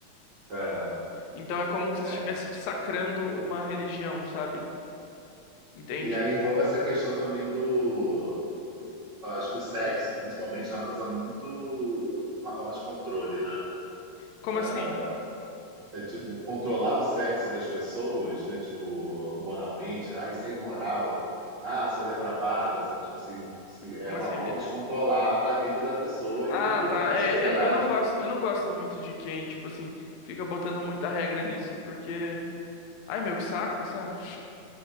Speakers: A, on the right; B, on the left.
A: é,
B: Então é como se você estivesse
A: é,
B: sacrando uma religião, sabe? Entende?
A: E aí envolve essa questão também do. Acho que o sexo, principalmente, é uma coisa muito. Uma forma de controle, né?
B: Como
A: Da-
B: assim?
A: é, tipo, controlar o sexo das pessoas, né? Tipo, moralmente. Ah, isso é imoral. Ah, só é depravada, sabe? Tipo assim, assim, é
B: Como
A: uma
B: assim?
A: forma
B: De-
A: de controlar a vida da pessoa
B: Ah,
A: e ter poder
B: tá.
A: na
B: É,
A: sociedade.
B: eu, não- eu não gosto, eu não gosto muito de quem, tipo assim, fica botando muita regra nisso, porque. Ai, meu, que saco, sabe?